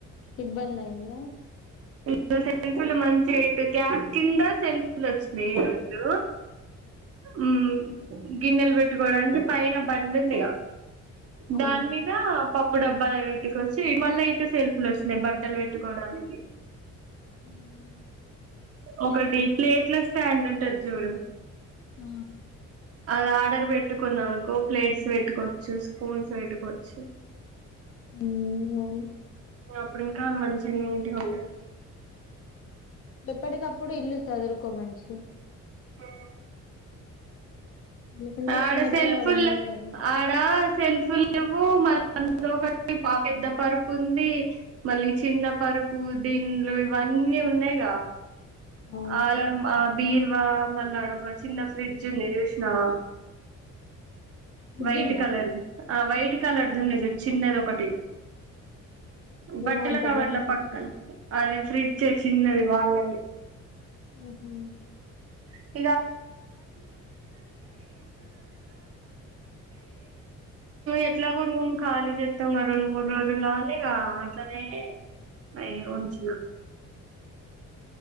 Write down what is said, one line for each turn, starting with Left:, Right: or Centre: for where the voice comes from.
Left: ఇబ్బందయిందిగా
Right: ఇటు సెల్ఫులు మంచిగ ఇటు గ్యాస్ కింద సెల్ఫులోచ్చినయి రెండు ఉమ్ గిన్నెల్ బెట్టుకోవడానికి పైన బండుందిగ
Left: అవును
Right: దాని మీద పప్ ప్పు డబ్బాలయి బెట్టుకొవచ్చు ఇ మళ్ళ ఇటు సెల్ఫ్ లొచ్చినయి బట్టలు పెట్టుకోవడానికి
Left: ఉమ్
Right: ఒకటి ప్లేట్ల స్టాండ్ ఉంటది జూడు
Left: ఆ
Right: అది ఆర్డర్ బెట్టుకున్నవనుకో ప్లేట్స్ బెట్టుకోవచ్చు స్పూన్స్ బెట్టుకోవచ్చు
Left: ఉమ్ అవును
Right: అప్పుడింకా మంచిగ నీటుగ ఉంటది
Left: ఎప్పటికప్పుడు ఇల్లు సదురుకోమంచిగ
Right: ఆ
Left: ఎందుకంటే
Right: ఆడ
Left: చిన్నపిల్లగాడు
Right: సెల్ఫుల్లే
Left: ఉన్నాడు కదా
Right: ఆడ సెల్ఫులు లేవు మ ఒకటి పా పెద్ద పరుపు ఉంది మళ్ళీ చిన్న పరుపు దిండ్లు ఇవన్నీ ఉన్ న్నయిగా
Left: అవును
Right: ఆలర్ ఆ బీర్వా మల్లాడొక చిన్న ఫ్రిడ్జ్ ఉంది జూసినవా
Left: ఫ్రిడ్జ్
Right: వైట్
Left: ఉందా
Right: కలర్ది ఆ వైట్ కలర్ది ఉంది జూడు చిన్నదొకటి బట్టల
Left: ఏమో అంత
Right: కవర్ల
Left: గమనించలే
Right: పక్కన అది ఫ్రిడ్జ చిన్నది వాళ్ళది
Left: ఆహా
Right: <inaudible> ఎట్లాగో రూమ్ ఖాళీ చేస్తాం గ రెండు మూడు రోజుల్లో అనిగా అట్లానే <unintelligible> ఉంచిన